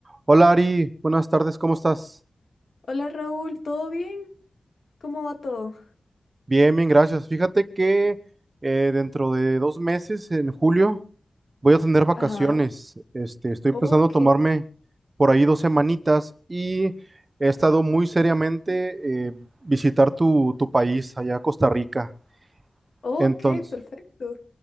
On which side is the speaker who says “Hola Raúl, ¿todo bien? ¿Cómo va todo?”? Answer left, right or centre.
Left